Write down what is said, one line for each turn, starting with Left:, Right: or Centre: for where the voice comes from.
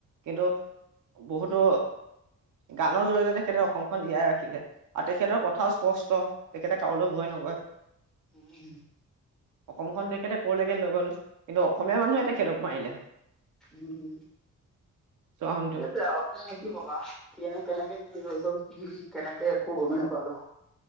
Right: কিন্তু বহুতো গানৰ জৰিয়তে তেখেতে অসমখন জীয়াই ৰাখিলে। আৰু তেখেতৰ কথাও স্পষ্ট তেখেতে কাৰুলৈ ভয় নকৰে।
Centre: উম,
Right: অসমখন তেখেতে কৰলৈকে লৈ গ'ল কিন্তু অসমীয়া মানুহে তেখেতক মাৰিলে।
Centre: উম- উম
Right: চোৱাচোনটো।
Centre: সে তে আৰু কি কবা কেনে- কেনেকে কি হৈ গল কি কেনেকে একো গমে নেপালোঁ।